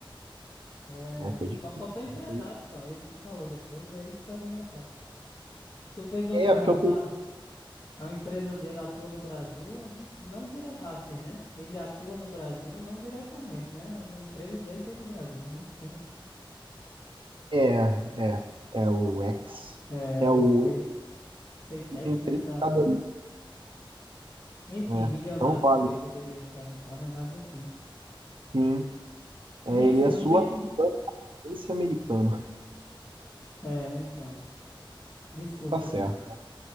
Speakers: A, on the left; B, on the right.
A: É,
B: É, foi difícil.
A: só faltou empresário,
B: hein?
A: pô. Aí tu falou depois, aí ficaria mais fácil. Tu fez uma
B: É,
A: pergunta?
B: porque eu pensei.
A: A empresa dele atua no Brasil, não dire... ah, assim, né? Ele atua no Brasil, não diretamente, né? A empresa dele tem no Brasil, né? Então,
B: É, é, é, é o X.
A: é
B: É
A: o
B: o
A: Space, SpaceX,
B: entrevistador.
A: né? Da, da- Enfim,
B: É,
A: bilionário
B: então vale.
A: também poderia se perguntar, né? Mas enfim.
B: Sim.
A: Vinícius,
B: É, ele é
A: vou
B: sul-africano,
A: ter que.
B: esse americano. <laughs>
A: É, então. Desculpa,
B: Tá certo.
A: então. <laughs>